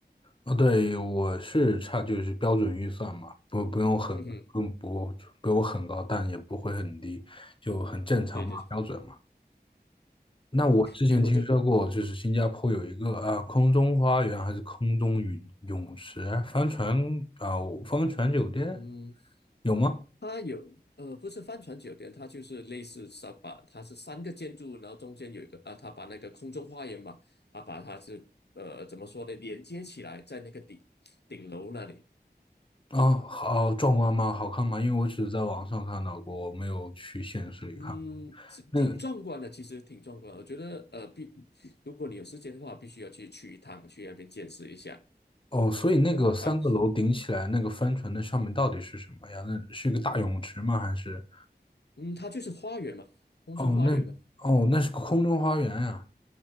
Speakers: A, on the left; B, on the left.
A: 哦，对，我是差就是标准预算嘛，不不用很不不不用很高，
B: 嗯哼，
A: 但也不会很低，就很正常嘛，
B: 对对，
A: 标准嘛。那我之前听说过，
B: 牛我就
A: 就是新加坡有一个啊，空中花园还是空中泳泳池、帆船啊、帆船酒店
B: 嗯
A: 有吗？
B: 它有呃，不是帆船酒店，它就是类似沙把，它是三个建筑，然后中间有一个啊，它把那个空中花园嘛，它把它是呃怎么说呢，连接起来在那个顶顶楼那里，
A: 啊，好壮观吗？好看吗？因为我只是在网上看到过，我没有去现实里看过。
B: 嗯，是挺壮观的，
A: 那个
B: 其实挺壮观的我觉得呃必，如果你有时间的话，必须要去去一趟，去那边见识一下。
A: 哦，所以那个三个楼顶起来，
B: 反
A: 那个帆船的上面到底是什么呀？那是一个大泳池吗？还是
B: 嗯，它就是花园嘛，空中花园嘛。
A: 哦，那哦，那是个空中花园呀、